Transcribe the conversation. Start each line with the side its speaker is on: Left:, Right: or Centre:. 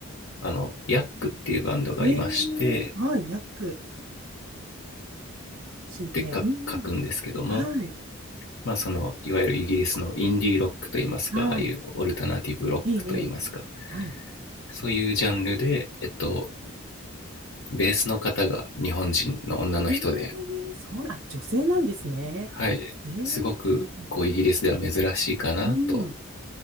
Left: あの、ヤックっていうバンドがいまして、
Right: えー、
Left: YUCK っ
Right: はい。ヤック。YUCK。
Left: て書くんですけども、
Right: うんうん。はい。
Left: まあそのいわゆるイギリスのインディーロックといいますかああいうオルタナティブロックといいますか
Right: はい。ええ、ええはい。
Left: そういうジャンルで、えっと、ベースの方が日本人の女の人で、
Right: えーそうな、あ女性なんですね。
Left: はい、
Right: えーはい
Left: すごくこうイギリスでは珍しいかなと
Right: うん。